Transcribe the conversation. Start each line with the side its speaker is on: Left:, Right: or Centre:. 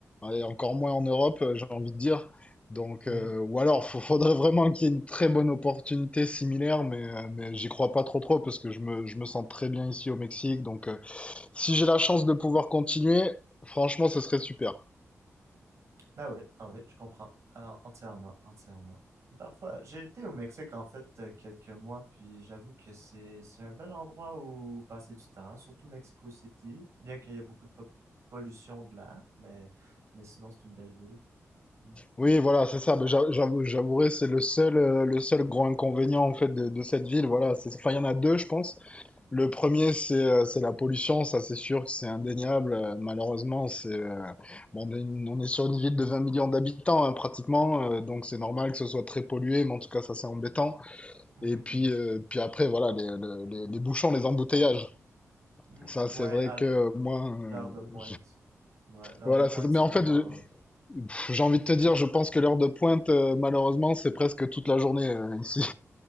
Left: et encore moins en Europe, euh, j'ai envie de dire. Donc,
Right: Mhm.
Left: euh, ou alors, il faudrait vraiment qu'il y ait une très bonne opportunité similaire, mais, euh, mais j'y crois pas trop trop, parce que je me, je me sens très bien ici au Mexique, donc... euh, si j'ai la chance de pouvoir continuer, franchement, ce serait super.
Right: Bah oui, ah oui, je comprends. Ah, entièrement, entièrement. Parfois, j'ai été au Mexique en fait euh, quelques mois, puis j'avoue que c'est c'est un bel endroit où passer du temps, hein, surtout Mexico City, bien qu'il y ait beaucoup de po- pollution de l'air, mais mais sinon c'est une belle ville. Mm.
Left: Oui, voilà, c'est ça. Mais j'a- j'avoue- J'avouerai, c'est le seul, euh, le seul grand inconvénient en fait de, de cette ville. Voilà, c'est, enfin, il y en a deux, je pense. Le premier, c'est euh, c'est la pollution. Ça, c'est sûr que c'est indéniable. Euh, malheureusement, c'est euh, bon, on est, une- on est sur une ville de 20 millions d'habitants hein, pratiquement, euh, donc c'est normal que ce soit très pollué. Mais en tout cas, ça, c'est embêtant.
Right: Mhm,
Left: Et puis,
Right: mhm.
Left: euh, puis après, voilà, les, les, les les bouchons, les embouteillages.
Right: Mm.
Left: Ça,
Right: Ouais,
Left: c'est vrai
Right: à l-
Left: que euh, moi, euh,
Right: l'heure de pointe. Ouais, l'heure
Left: voilà.
Right: de pointe
Left: c'est- Mais
Right: c'est
Left: en
Right: vraiment.
Left: fait, Pff, J'ai envie de te dire, je pense que l'heure de pointe, euh, malheureusement, c'est presque toute la journée euh, ici,